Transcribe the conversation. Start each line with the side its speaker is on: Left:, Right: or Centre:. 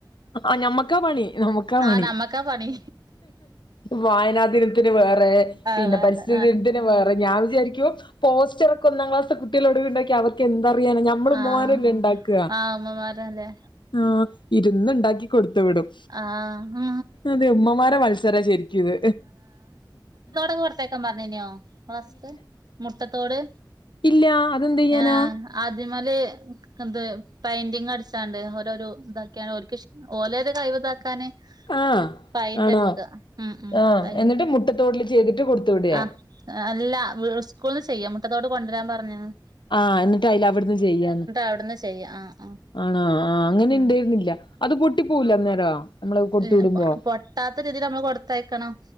Left: ആ നമ്മക്കാ പണി നമ്മക്കാ പണി
Right: ആഹ് നമ്മക്കാ പണി
Left: വായനാ ദിനത്തിന് വ് വേറെ
Right: ആഹ്
Left: പിന്നെ
Right: ആഹ്
Left: പരിസ്ഥിതി ദിന് ത്തിന് വേറെ ഞാൻ വിചാരി പോസ്റ്ററൊക്കെ ഒന്നാം ക്ലാസ്ത്തെ കുട്ട്യാളോട് ണ്ടാക്കി അവർക്കെന്തറിയാന ഞമ്മൾ ഉമ്മ
Right: ആഹ്
Left: മാരേല്ല ണ്ടാക്ക
Right: ആഹ് ഉമ്മമാരല്ലേ
Left: ആ ഇര്ന്ന് ണ്ടാക്കി കൊട് ത്ത് വിടും
Right: ആഹ്
Left: അതെ ഉമ്മമാരെ മത്സരാ ശെര്ക്കിത്
Right: കൊട്ത്തയ്ക്കാൻ പറഞ്ഞീനോ ക്ളാസ്ക് മുട്ടത്തോട്
Left: ഇല്ല അതെന്ത് ചെയ്യാനാ
Right: ആ അതിമ്മല് ത് പെയിന്റിങ്ങട്ച്ചാണ്ട് ഓരൊരു ഇതാക്ക്യാണ്ട് ഓര്ക്കിഷ് ഓരൊരു കയ് വ് താക്കാന്
Left: ആഹ്
Right: പയ്ന്റടിക്ക
Left: ആണോ
Right: ഉം ഉം
Left: ആഹ്
Right: പൈന്
Left: എന്നിട്ട് മുട്ടത്തോട്ടില് ചെയ്തിട്ട് കൊടുത്തു വിടേ
Right: ആഹ് അല്ല വ് സ്കൂൾന്ന് ചെയ്യാ മുട്ടത്തോട് കൊണ്ട്രാൻ പറഞ്ഞീന്ന്
Left: ആ ഇന്നിട്ടയ്ലവ്ട്ന്ന് ചെയ്യാന്ന്
Right: അവിടുന്ന് ചെയ്യാ ആഹ് ആഹ്
Left: ആണാ ആ അങ്ങനെ
Right: ഉം
Left: ഇണ്ടേര്ന്നില്ല്യ അത് പൊട്ടി പോവൂലെ അന്നേരം നമ്മള് കൊടുത്തു
Right: ന്നെപ്പൊ
Left: വിടുമ്പോ
Right: പൊട്ടാത്ത രീതീല് നമ്മള് കൊടുത്തയക്കണം